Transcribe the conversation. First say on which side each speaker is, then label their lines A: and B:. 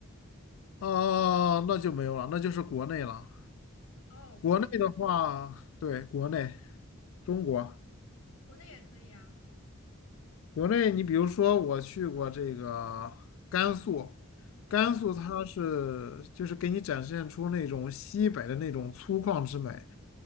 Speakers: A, on the left; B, on the left.
A: 啊，那就没有了，那就是国内了。
B: 哦，国内
A: 国内的话，对，国内，中国，
B: 国内也可以啊。
A: 国内，你比如说我去过这个甘肃，
B: 嗯，
A: 甘肃它是就是给你展现出那种西北的那种粗犷之美。